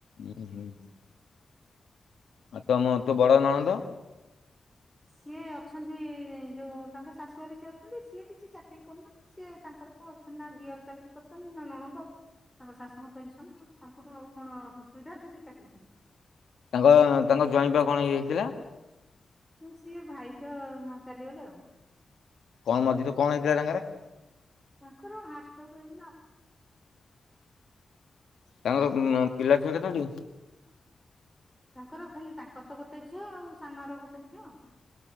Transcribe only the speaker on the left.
ହୁଁ ହୁଁ । ଆଉ ତମ ତୋ ବଡ ନଣନ୍ଦ?
ତାଙ୍କ ତାଙ୍କ ଜ୍ବାଇଁ ବା କଣ ହେଇ ହେଇଥିଲା?
କଣ ମଝିରେ କଣ ହେଇଥିଲା ତାଙ୍କର?
ତାଙ୍କର ପିଲା ଛୁଆ କେତୋଟି?